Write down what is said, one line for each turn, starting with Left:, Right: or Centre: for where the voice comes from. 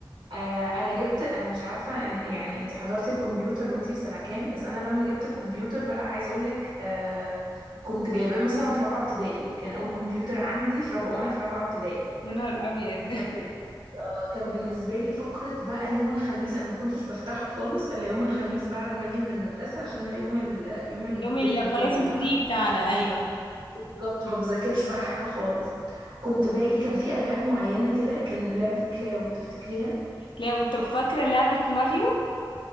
Right: آه انا جبت انا مش عارفه إن يعني انت حضرتي الكمبيوتر وانتي في سنه كام بس انا لما جبت الكمبيوتر بقى عايزه اقول لك آه كنت جايباه مثلا في رابعه ابتدائي كان اول كمبيوتر عندي في رابعه وانا في رابعه ابتدائي
Left: يا نهار ابيض
Right: كان
Left: <laughs>
Right: بال... آه، كان بالنسبة لي فقرة بقى يوم الخميس أنا ما كنتش بفتحه خالص إلا يوم الخميس بعد ما أجي من المدرسة عشان ده يوم ال... يوم البريك
Left: اليوم اللي
Right: بتاعي
Left: خلاص الفري
Right: مع
Left: بتاعنا ايوه
Right: بالضبط ما بذاكرش بقى حاجة خالص كنت باجي كان في ألعاب معينة كده كان لعبة كلاو تفتكريها
Left: لو طب فاكرة لعبة ماريو